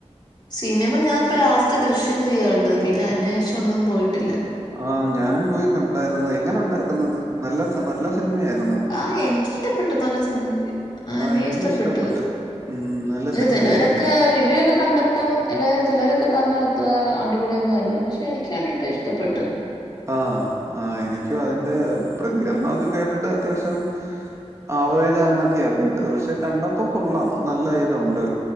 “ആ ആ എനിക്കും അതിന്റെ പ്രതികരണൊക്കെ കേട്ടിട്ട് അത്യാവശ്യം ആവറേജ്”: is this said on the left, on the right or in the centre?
Right